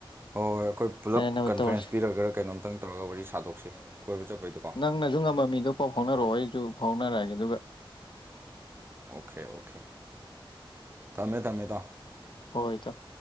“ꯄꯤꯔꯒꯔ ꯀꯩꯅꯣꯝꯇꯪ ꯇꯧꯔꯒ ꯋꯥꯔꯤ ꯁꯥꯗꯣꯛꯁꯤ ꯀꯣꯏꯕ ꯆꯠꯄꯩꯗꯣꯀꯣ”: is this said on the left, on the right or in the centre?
Right